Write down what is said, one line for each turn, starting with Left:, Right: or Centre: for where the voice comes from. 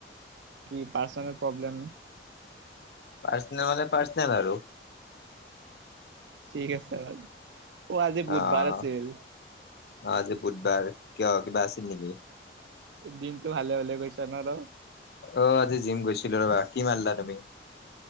Right: কি পাৰ্চেনেল প্ৰব্লেম
Left: পাৰ্চেনেল মানে পাৰ্চেনেল আৰু
Right: ঠিক আছে বাৰু আজি বুধবাৰ
Left: অ অ
Right: আছিল
Left: অ আজি বুধবাৰ কিয় কিবা আছিল নিকি
Right: দিনটো ভালে হলে গৈছে ন আৰ
Left: অ আজি জিম গৈছিলো ৰবা কি মাৰলা তুমি